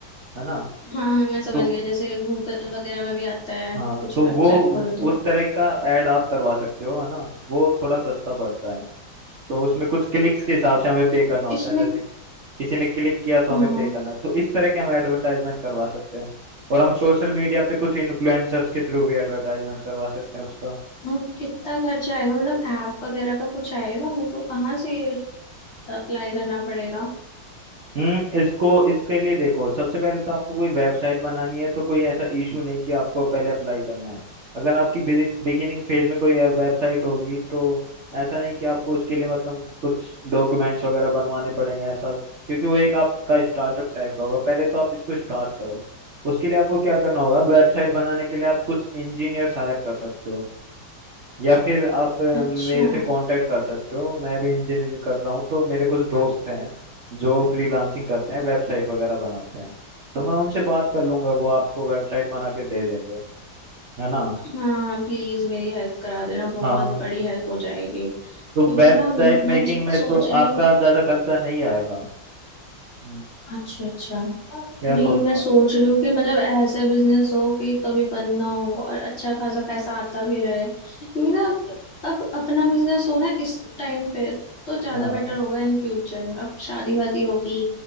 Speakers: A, on the right; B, on the left.
A: है ना
B: हाँ मैं समझ
A: तो
B: गई जैसे गूगल वगैरह में भी आता है
A: हाँ
B: कुछ
A: तो
B: वेबसाइट
A: वो
B: खोलो तो
A: उस तरह का ऐड आप करवा सकते हो है ना वो थोड़ा सस्ता पड़ता है तो उसमें कुछ क्लिक्स के हिसाब से हमें पे करना होता
B: इसमें
A: है जैसे किसी ने क्लिक किया तो
B: हाँ
A: हमें पे करना है तो इस तरह के हम एडवर्टाइजमेंट करवा सकते हैं और हम सोशल मीडिया पे कुछ इन्फ्लुएंसर्स के थ्रू भी एडवर्टाइजमेंट करवा सकते हैं उसका
B: हाँ, कितना खर्चा आएगा मतलब ऐप वगैरह का कुछ आएगा मेरे को कहाँ से अप्लाई करना पड़ेगा
A: हम्म इसको इसके लिए देखो सबसे पहले तो आपको कोई वेबसाइट बनानी है तो कोई ऐसा इशू नहीं कि आपको पहले अप्लाई करना है अगर आपकी बिगिनिंग फेज में कोई वेबसाइट होगी तो ऐसा नहीं कि आपको उसके लिए मतलब कुछ डॉक्यूमेंट्स वगैरह बनवाने पड़ेंगे ऐसा क्योंकि वो एक आपका स्टार्टअप टाइप का होगा पहले तो आप इसको स्टार्ट करो उसके लिए आपको क्या करना होगा वेबसाइट बनाने के लिए आप कुछ इंजीनियर्स हायर कर सकते हो या फिर आप अ,
B: अच्छा
A: मेरे से कांटेक्ट कर सकते हो मैं भी इंजीनियरिंग कर रहा हूँ तो मेरे कुछ दोस्त हैं जो फ्रीलांसिंग करते हैं वेबसाइट वगैरह बनाते हैं तो मैं उनसे बात कर लूंगा वो आपको वेबसाइट बना के दे देंगे है ना
B: हाँ प्लीज मेरी हेल्प करा देना बहुत
A: हाँ
B: बड़ी हेल्प हो जाएगी क्योंकि
A: तो वेबसाइट
B: ना मैं
A: मेकिंग
B: जित
A: में
B: सोच
A: तो
B: रही
A: आपका
B: हूँ
A: ज़्यादा खर्चा नहीं आएगा हम्म,
B: अच्छा अच्छा
A: क्या
B: नहीं
A: सोच रहे
B: मैं
A: हो
B: सोच
A: आप?
B: रही हूँ कि मतलब ऐसे बिजनेस हो कि कभी बंद ना हो और अच्छा खासा पैसा आता भी रहे क्योंकि ना अब, अब अपना बिजनेस हो ना इस टाइम पे तो ज्यादा
A: हाँ
B: बेटर होगा इन फ्यूचर अब शादी वादी होगी